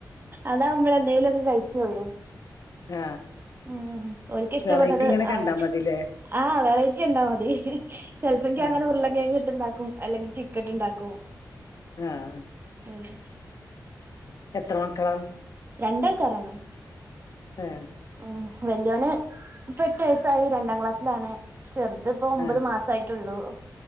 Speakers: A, on the right; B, on the left.
A: അതാ നമ്മളെന്തേലുവോക്കെ ക <unintelligible>
B: ആ
A: ഉം ഒരിക്ക ഇഷ്ടപ്പെട്ടത്
B: വെറൈറ്റി ഇങ്ങനെ കണ്ടാ
A: ആണ്
B: മതില്ലേ
A: ആ വെറെറ്റി കണ്ടാ മതി ചെലപ്പങ്കി
B: ആ
A: അങ്ങനെ ഉരുളങ്കും കിഴങ്ങ് ഇട്ട് ഉണ്ടാ ക്കും അല്ലെങ്കി ചിക്കട്ട് ണ്ടാക്കു
B: ആഹ് -
A: ഉം-
B: എത്ര മക്കളാണ്-
A: രണ്ടേക്കറാണ്-
B: ഏ
A: ഉം വല്യോന് ഇപ്പ എട്ട് വയസ്സായി രണ്ടാം ക്ലാസ്സിലാണ്- ചെറുത് ഇപ്പൊ ഒമ്പത്
B: ആ
A: മാസായി- ട്ടുള്ളൂ-